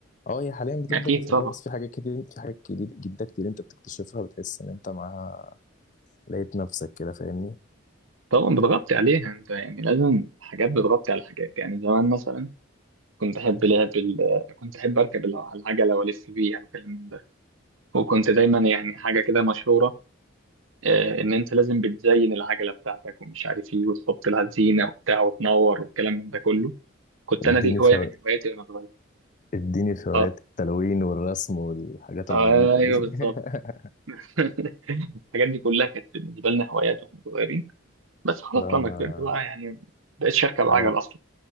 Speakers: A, on the left; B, on the right.
A: أه هي حاليا بتفضل
B: اكيد
A: بتحبها
B: طبعا
A: بس في حاجات كتير في حاجات كتير جدا كتير أنت بتكتشفها بتحس إن أنت معاها لقيت نفسك كده فاهمني
B: طبعا بتغطي عليها انت يعني لازم حاجات بتغطي على حاجات يعني زمان مثلا كنت أحب لعب ال... كنت أحب أركب الع- العجلة وألف بيها والكلام من ده وكنت دايما يعني حاجة كده مشهورة آه، إن أنت لازم بتزين العجلة بتاعتك ومش عارف إيه وتحط لها زينة وبتاع وتنور والكلام من ده كله كنت
A: اديني
B: أنا دي هواية
A: في هوايات
B: من هواياتي وأنا صغير
A: اديني في هوايات
B: آه.
A: التلوين والرسم والحاجات العبيطة
B: أيوه
A: دي
B: بالظبط
A: <laughs>
B: <laughs> الحاجات دي كلها كانت بالنسبة لنا هوايات واحنا صغيرين بس خلاص
A: لا
B: لما
A: انا
B: كبرت بقى يعني مبقتش أركب عجل
A: انا و-
B: أصلا